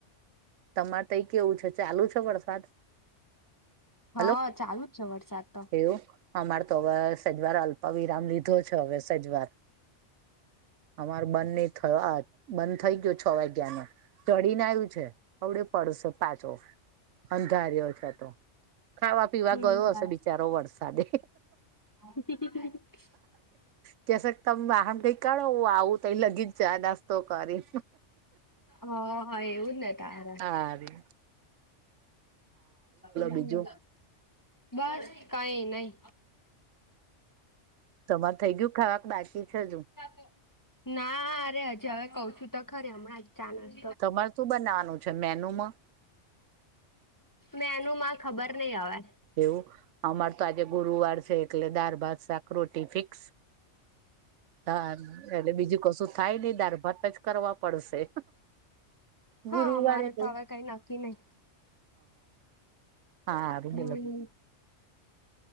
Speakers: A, on the right; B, on the left.
A: તમારે તઈ કેવું છે ચાલુ છે વરસાદ?
B: હહ
A: હલો
B: ચાલુ જ છે વરસાદ તો.
A: એવું અમારે તો હવે સેજવાર અલ્પવિરામ લીધો છે હવે સેજવાર. અમાર બંધ નહી થયો આ બંધ થઈ ગયો છ વાગ્યાનો. ચડીને આવ્યું છે અવડે પડશે પાછો અંધાર્યો છે તો. ખાવા પીવા
B: હમ
A: ગયો હશે બિચારો વરસાદે.
B: હા.
A: તે છે તમે વાહન કઈ કાઢો આવું તઈ લગી જ જાય નાસ્તો કરી.
B: હ હા એવું ને તારે.
A: હારીયુ.
B: હમ્મ.
A: બીજું
B: બસ કઈ નહી.
A: તમારે થઈ ગયું ખાવા બાકી છે કે હજુ?
B: તો ના રે હજી હવે કઉ છું તો ખરે હમણાં ચાલસ
A: તમારે શું બનાવાનું છે મેનુ માં?
B: મેનુ માં ખબર નહી હવે.
A: એવું અમાર તો આજે ગુરુવાર છે એટલે દાર ભાત શાક રોટી ફિક્સ હા, એટલે બીજું કશું થાય નઈ દારભાત જ કરવા પડશે.
B: હા,
A: ગુરુવાર
B: મારે
A: એટલે
B: તો હવે કઈ નક્કી નહી.
A: હા હારુ બોલો
B: હમ
A: બીજું?